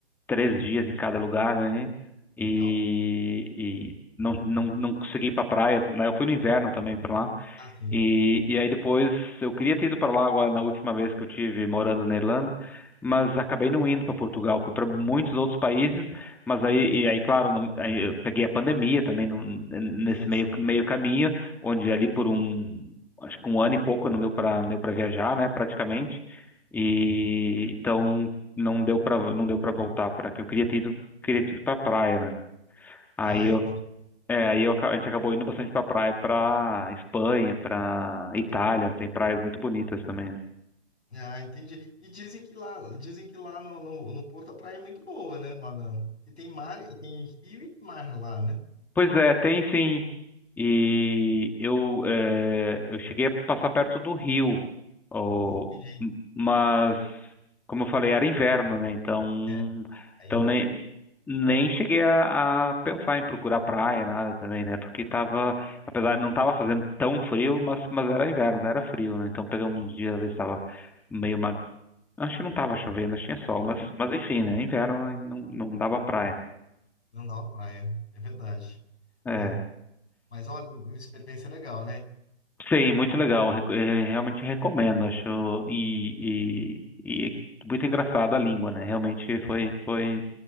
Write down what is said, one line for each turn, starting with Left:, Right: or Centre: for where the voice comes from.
Centre: três dias em cada lugar, né? E,
Left: legal.
Centre: e não, não, não consegui ir pra praia, né? Eu fui no inverno também pra lá.
Left: Ah, sim.
Centre: E, e aí depois eu queria ter ido para lá agora na última vez que eu tive morando na Irlanda, mas acabei não indo para Portugal, fui para muitos outros países, mas aí e aí claro, não- aí eu peguei a pandemia também num- nesse
Left: Sim,
Centre: meio
Left: sim.
Centre: meio caminho, onde ali por um acho que um ano e pouco não deu para deu para viajar, né, praticamente. E então não deu para não deu para voltar para que eu queria ter ido queria ter ido para praia, né? Aí
Left: Ai,
Centre: eu é, aí eu aca- a gente acabou indo bastante pra praia, pra Espanha, pra Itália, onde tem praias muito bonitas também.
Left: Ah, entendi. E dizem que lá, dizem que lá no, no, no Porto a praia é muito boa, né? Lá na, e tem mar, tem rio e mar lá, né?
Centre: Pois é, tem sim. E eu, é, eu cheguei a passar perto do Rio, ó,
Left: Entendi.
Centre: m- mas, como eu falei, era inverno, né? Então,
Left: É, aí
Centre: então
Left: não,
Centre: nem, nem cheguei a, a pensar em procurar praia, nada também, né? Porque tava, apesar, não tava fazendo tão frio, mas, mas era inverno, era frio, né? Então peguei uns dias, às vezes tava meio uma Acho que não tava chovendo, acho que tinha sol, mas, mas enfim, né? Inverno e não, não dava praia.
Left: não dá uma praia, é verdade.
Centre: É.
Left: Né? Mas olha, uma experiência legal, né?
Centre: Sim, muito legal. reco- eh, Realmente recomendo, acho. E, e, e muito engraçado a língua, né? Realmente foi, foi.